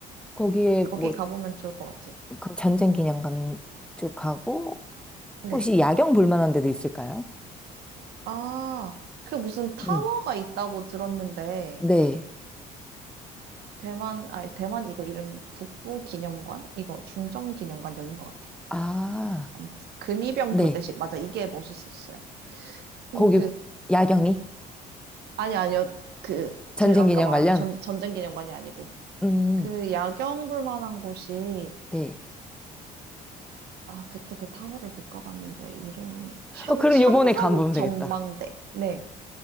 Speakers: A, in the centre; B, on the right.
A: 거기에
B: 거기
A: 뭐,
B: 가보면 좋을 것 같아요.
A: 그 전쟁 기념관 쭉 가고,
B: 네.
A: 혹시 야경 볼만한 데도 있을까요?
B: 아, 그 무슨 타워가
A: 음.
B: 있다고 들었는데,
A: 네.
B: 대만, 아니, 대만 이거 이름 국부기념관? 이거 중정기념관 여긴 것 같아요.
A: 아,
B: 아무튼, 근위병
A: 네.
B: 교대식. 맞아, 이게 멋있었어요.
A: 거기
B: 그리고 그,
A: 야경이?
B: 아니, 아니요. 그,
A: 전쟁
B: 제가 아까
A: 기념
B: 말한
A: 관련?
B: 거 전, 전쟁기념관이 아니고,
A: 음,
B: 그 야경 볼 만한 곳이
A: 네.
B: 아, 그때 그 타워를 못 가봤는데, 이름, 샹,
A: 어, 그럼
B: 샹산
A: 요번에 가보면
B: 전망대.
A: 되겠다.
B: 네,